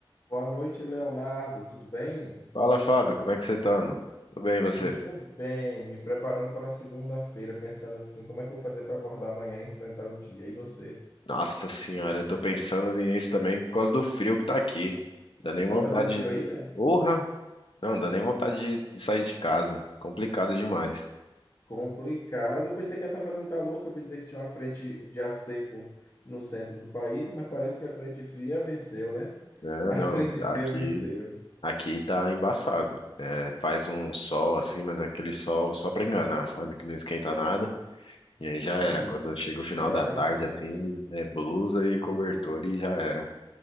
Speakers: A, on the left; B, on the left.
A: Boa noite, Leonardo. Tudo bem?
B: Fala, Fábio, como é que você tá, mano? Tudo bem, e você?
A: Eu estou bem, me preparando para segunda-feira, pensando assim, como é que eu vou fazer para acordar amanhã e enfrentar o dia? E você?
B: Nossa senhora, eu tô pensando nisso também por causa do frio que tá aqui. Dá nem
A: Tá
B: vontade
A: fazendo frio
B: de...
A: aí, é?
B: Porra! Não, dá nem vontade de de sair de casa. Complicado demais.
A: Complicado. Eu pensei que ia estar fazendo calor, que eu ouvi dizer que tinha uma frente de ar seco no centro do país, mas parece que a frente fria venceu, né? <laughs>
B: É,
A: A
B: não,
A: frente fria
B: aqui,
A: venceu.
B: aqui tá embaçado. É, faz um sol assim, mas aquele sol só pra enganar, sabe? Que não esquenta nada. E aí já era.
A: Hum,
B: Quando chega o final
A: interessante.
B: da tarde, assim, é blusa e cobertor e já era.